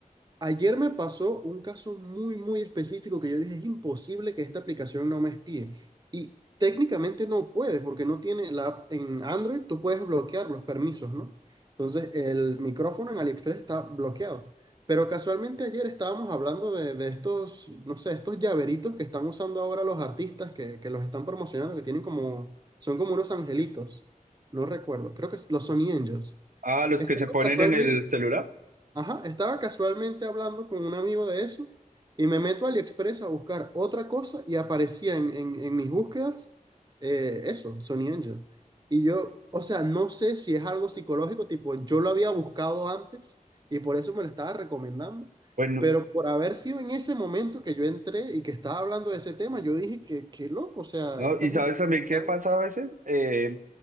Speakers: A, on the right; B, on the right.
A: Ayer me pasó un caso muy, muy específico que yo dije, es imposible que esta aplicación no me espíe. Y técnicamente no puede, porque no tiene la app en Android, tú puedes bloquear los permisos, ¿no? Entonces, el micrófono en AliExpress está bloqueado. Pero casualmente ayer estábamos hablando de, de estos, no sé, estos llaveritos que están usando ahora los artistas que, que los están promocionando, que tienen como, son como unos angelitos. No recuerdo, creo que los Sony Angels.
B: Ah, los
A: Estaba
B: que se ponen
A: casualmente
B: en el celular.
A: Ajá, estaba casualmente hablando con un amigo de eso y me meto a AliExpress a buscar otra cosa y aparecía en, en- en mis búsquedas eh, eso, Sony Angel. Y yo,
B: Sí.
A: o sea, no sé si es algo psicológico, tipo, yo lo había buscado antes y por eso me lo estaba recomendando,
B: Bueno,
A: pero por haber sido en ese momento que yo entré y que estaba hablando de ese tema, yo dije que, qué loco, o sea,
B: ¿no?
A: esta
B: Y
A: gente
B: sabes también
A: nos están-
B: qué pasa a veces, Eh,